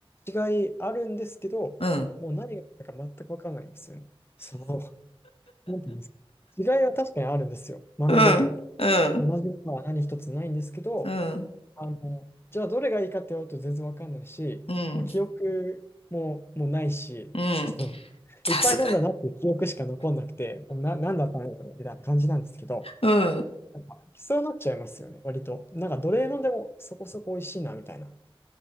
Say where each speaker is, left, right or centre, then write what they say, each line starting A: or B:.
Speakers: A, on the left; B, on the left.
A: 然違いあるんですけど、
B: うん、
A: もう何が何だか全く分からないんですよね。そう。なんていうんですか。違いは確かにあるんですよ。豆ごとに。
B: うん、うん、
A: 同じものは何一つないんですけど、
B: うん、
A: あの、じゃあどれがいいかって言われると全然わかんないし、
B: うん、
A: もう記憶も、もうないし、
B: うん。
A: その、
B: さすが、
A: いっぱい飲んだなっていう記憶しか残んなくて、もうな、なんだったんだろうみたいな感じなんですけど、
B: うん。
A: なんか、きそうなっちゃいますよね、割と。なんか、どれ飲んでもそこそこ美味しいな、みたいな。